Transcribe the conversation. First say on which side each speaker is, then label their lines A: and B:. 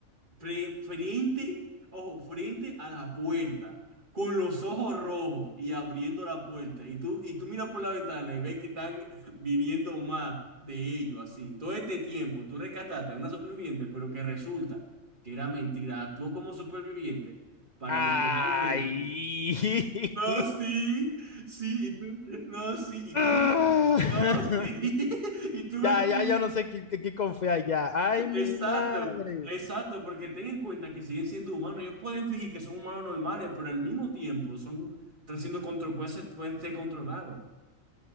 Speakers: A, on the right; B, on the left.
A: pre- frente, ojo, frente a la puerta, con los ojos rojos y abriendo la puerta. Y tú, y tú miras por la ventana y ves que están viniendo más de ellos, así. Todo este tiempo tú rescataste a una superviviente, pero que resulta que era mentira. Actuó como superviviente para
B: Ay.
A: literalmente
B: <laughs>
A: no, sí, sí, y tú, no, sí, y
B: Ah.
A: tuve con,
B: <laughs>
A: no, sí, <laughs> y tuve
B: Ya,
A: con,
B: ya, yo no sé qué, qué- qué confiar ya. Ay, mi
A: exacto,
B: madre.
A: exacto, porque ten en cuenta que siguen siendo humanos, ellos pueden fingir que son humanos normales, pero al mismo tiempo son, están siendo control, pueden ser, pueden ser controlados.